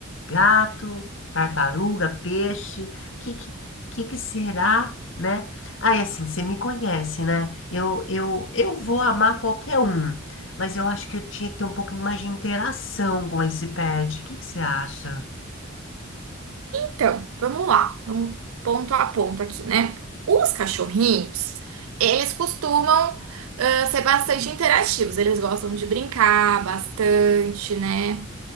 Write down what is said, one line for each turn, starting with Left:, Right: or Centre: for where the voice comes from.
Left: gato, tartaruga, peixe, que que, que que será, né? Aí assim, você me conhece, né? Eu, eu, eu vou amar qualquer um, mas eu acho que eu tinha que ter um pouquinho mais de interação com esse pet. O que que você acha?
Right: Então, vamos lá, vamos ponto a ponto aqui, né? Os cachorrinhos, eles costumam ah, ser bastante interativos, eles gostam de brincar bastante, né?